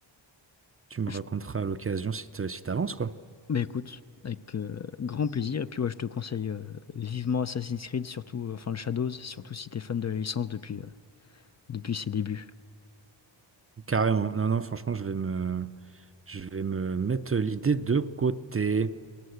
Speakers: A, on the right; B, on the left.
A: tu me
B: je
A: raconteras à l'occasion si te- si t'avances, quoi.
B: Bah écoute, avec euh, grand plaisir. Et puis ouais, je te conseille euh, vivement Assassin's Creed, surtout, euh, enfin le Shadows, surtout si t'es fan de la licence depuis, euh, depuis ses débuts.
A: Carrément. Non, non, franchement, je vais me, je vais me mettre l'idée de côté.